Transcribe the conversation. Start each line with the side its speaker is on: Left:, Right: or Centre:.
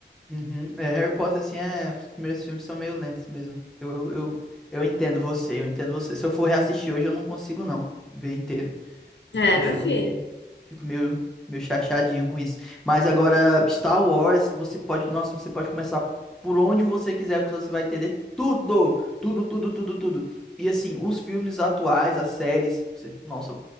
Centre: uhum. É, Harry Potter, assim, é, os primeiros filmes são meio lentos mesmo. Eu, eu, eu, eu entendo você, eu entendo você. Se eu for reassistir hoje, eu não consigo não ver inteiro.
Left: É,
Centre: Eu
Left: meu
Centre: fico
Left: filho.
Centre: meio, fico meio, meio chateadinho com isso. Mas agora, Star Wars, você pode, nossa, você pode começar por onde você quiser, que você vai entender tudo, tudo, tudo, tudo, tudo. E assim, os filmes atuais, as séries, você, nossa,